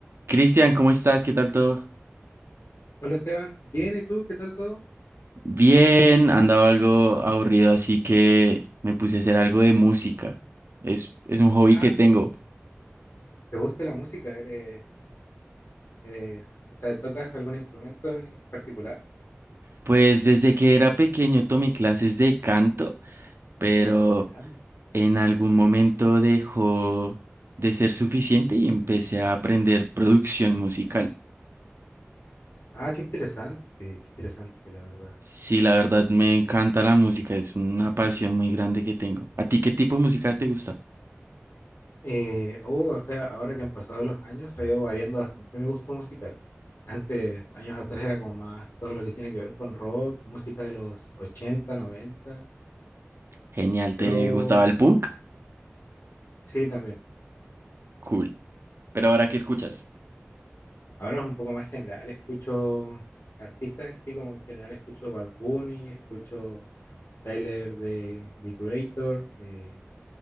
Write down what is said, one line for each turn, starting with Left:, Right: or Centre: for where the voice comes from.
Right: Cristian, ¿cómo estás? ¿Qué tal todo?
Left: Hola Esteban, bien, ¿y tú? ¿Qué tal todo?
Right: Bien, andaba algo aburrido, así que me puse a hacer algo de música. Es, es un hobby
Left: Ah,
Right: que tengo.
Left: ¿te gusta la música? ¿Eres, eres, o sea, tocas algún instrumento en particular?
Right: Pues desde que era pequeño tomé clases de canto, pero
Left: Y can-
Right: en algún momento dejó de ser suficiente y empecé a aprender producción musical.
Left: Ah, qué interesante, qué interesante, la verdad.
Right: Sí, la verdad me encanta la música, es una pasión muy grande que tengo. ¿A ti qué tipo de música te gusta?
Left: Eh, oh, o sea, ahora que han pasado los años, ha ido variando bastante mi gusto musical. Antes, años atrás, era como más todo lo que tiene que ver con rock, música de los 80, 90,
Right: Genial,
Left: pero
Right: ¿te gustaba el punk?
Left: sí, también.
Right: Cool. Pero ahora, ¿qué escuchas?
Left: Ahora es un poco más general, escucho artistas, sí, como en general escucho Bad Bunny, escucho Tyler de The Creator, eh,